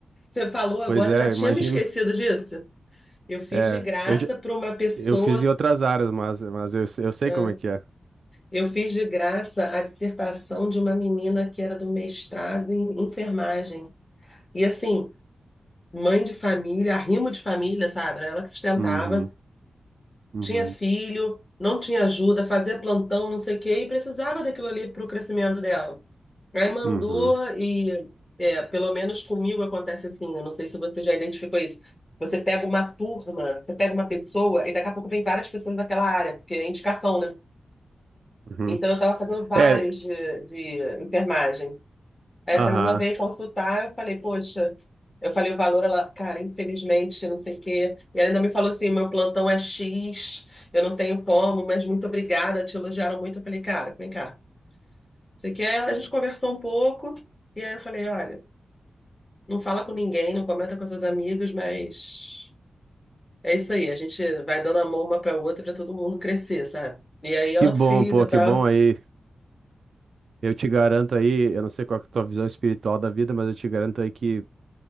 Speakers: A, on the left; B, on the right.
A: Você falou agora,
B: Pois é,
A: eu já tinha
B: imagino.
A: me esquecido disso. Eu fiz
B: É,
A: de graça
B: eu, já-
A: para uma pessoa,
B: eu fiz em outras áreas, mas, mas eu, se- eu sei
A: né?
B: como é que é.
A: eu fiz de graça a dissertação de uma menina que era do mestrado em enfermagem. E assim, mãe de família, arrimo de família, sabe? Era Ela que sustentava.
B: Uhum, uhum,
A: tinha filho, não tinha ajuda, fazia plantão, não sei o quê, e precisava daquilo ali para o crescimento dela. Aí mandou
B: uhum,
A: e, é, pelo menos comigo acontece assim, né? Não sei se você já identificou isso. Você pega uma turma, você pega uma pessoa e daqui a pouco vem várias pessoas daquela área, porque é indicação, né?
B: uhum.
A: Então eu estava fazendo vários
B: É,
A: de, de enfermagem. Aí
B: aham.
A: essa menina veio consultar, eu falei, poxa, eu falei o valor, ela, cara, infelizmente, não sei o quê. E ela ainda me falou assim, o meu plantão é X, eu não tenho como, mas muito obrigada, te elogiaram muito. Eu falei, cara, vem cá, você quer? A gente conversou um pouco, e aí eu falei, olha, não fala com ninguém, não comenta com seus amigos, mas é isso aí, a gente vai dando a mão uma pra outra pra todo mundo crescer, sabe? E aí ela
B: Que bom,
A: fez
B: pô,
A: e tal.
B: que bom aí. Eu te garanto aí, eu não sei qual que é a tua visão espiritual da vida, mas eu te garanto aí que